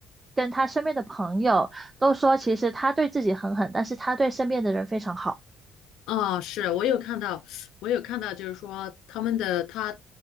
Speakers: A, on the right; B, on the left.
A: 跟他身边的朋友都说，其实他对自己很狠，但是他对身边的人非常好。
B: 啊，是我有看到，我有看到，就是说他们的他，